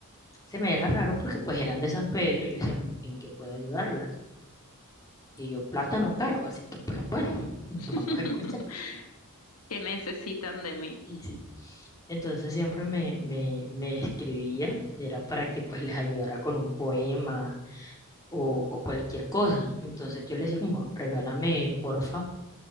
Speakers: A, on the left (about 15°); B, on the left (about 80°).
A: se me era raro porque pues eran de San Pedro y yo decía como, ¿en qué puedo ayudarlas? Y yo, plata no cargo, así que pues bueno, <laughs> vamos
B: <laughs>
A: a escuchar.
B: que necesitan de mí?
A: Y sí. Entonces siempre me, me, me escribía y era para que pues les ayudara con un poema o, o cualquier cosa. Entonces yo les decía como, regálame porfa